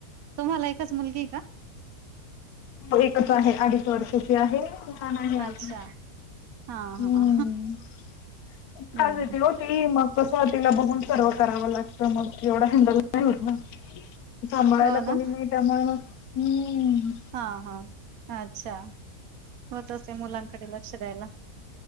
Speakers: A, on the right (about 70°); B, on the left (about 75°).
A: तुम्हाला एकच मुलगी आहे का?
B: हो एकच आहे अडीच वर्षाची आहे. लहान आहे अजून
A: अच्छा हा
B: हम्म.
A: हा
B: खूप
A: हम्म
B: त्रास देती ओ ती मग कसं तिला बघून सर्व करावं लागतं मग एवढं हँडल नाही होतं ना. सांभाळायला
A: हो ना
B: कोणी नाही त्यामुळे मग हम.
A: हा हा अच्छा. होतंच ते मुलांकडे लक्ष द्यायला.